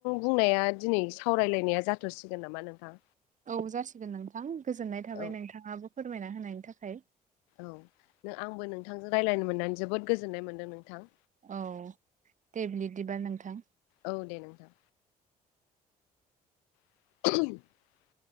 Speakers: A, on the left (about 65°); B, on the right (about 40°).
A: बुंनाया दिनै सावरायलायनाया जाथ'सिगोन नामा नोंथां
B: औ जासिगोन नोंथां गोजोननाय थाबाय
A: औ
B: नोंथाङाबो फोरमायना होनायनि थाखाय
A: औ आंबो नोंथांजों रायज्लायनो मोननानै जोबोद गोजोननाय मोनदों नोंथां
B: औ दे ब्लिदिबा नोंथां
A: औ दे नोंथां <unintelligible>